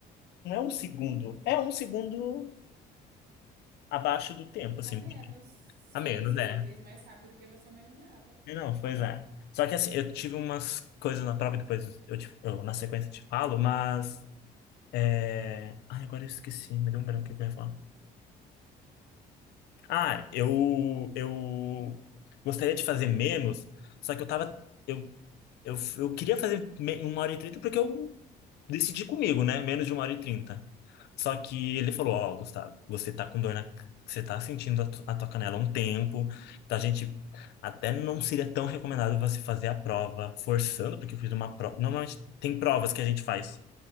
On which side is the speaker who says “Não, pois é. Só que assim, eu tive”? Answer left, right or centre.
Left